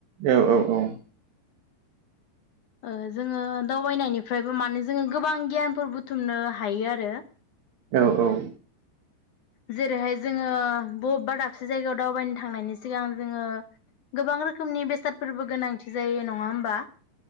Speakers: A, on the right; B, on the left.
A: औ-औ-औ
B: ओ जोङो दावबायनायनिफ्रायबो माने जोङो गोबां गियानफोर बुथुमनो हायो आरो
A: औ औ
B: जेरैहाय जोङो बबेबा दाबसे जायगायाव दावबायनो थांनायनि सिगां जोङो गोबां रोखोमनि बेसादफोरबो गोनांथि जायो नङा होमबा